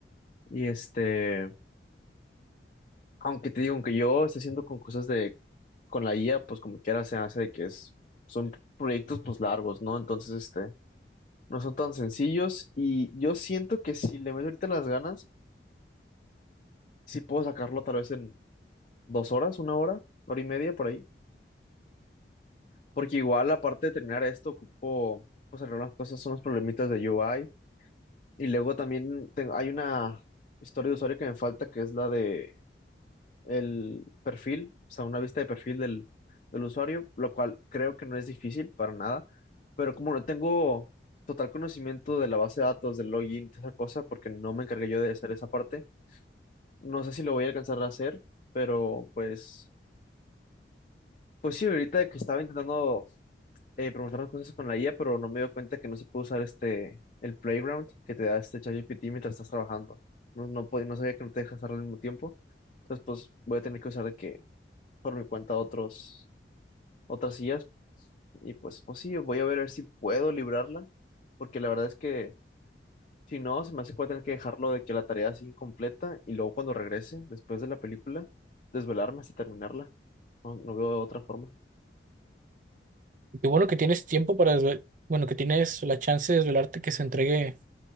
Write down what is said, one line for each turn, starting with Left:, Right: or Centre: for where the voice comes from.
Left: Y este, aunque te digo, aunque yo esté haciendo con cosas de, con la IA, pues como quiera se hace de que es, son proyectos pues largos, ¿no? Entonces, este, no son tan sencillos y yo siento que si le meto ahorita las ganas, sí puedo sacarlo tal vez en dos horas, una hora, hora y media por ahí. Porque igual, aparte de terminar esto, ocupo, pues algunas cosas son los problemitas de UI. Y luego también tengo- hay una historia de usuario que me falta, que es la de el perfil, o sea, una vista de perfil del, del usuario, lo cual creo que no es difícil para nada, pero como no tengo total conocimiento de la base de datos, del login, toda esa cosa, porque no me encargué yo de hacer esa parte, no sé si lo voy a alcanzar a hacer, pero pues, pues sí, ahorita que estaba intentando eh, preguntar unas cosas con la IA, pero no me dio cuenta que no se puede usar este, el Playground que te da este ChatGPT mientras estás trabajando. No, no, pod- no sabía que no te dejas hacerlo al mismo tiempo. Entonces, pues voy a tener que usar de que por mi cuenta otros, otras sillas. Y pues, pues sí, voy a ver, a ver si puedo librarla, porque la verdad es que si no, se me hace que voy a tener que dejarlo de que la tarea es incompleta y luego cuando regrese, después de la película, desvelarme hasta terminarla. No, no veo otra forma.
Right: Y qué bueno que tienes tiempo para desve- bueno, que tienes la chance de desvelarte que se entregue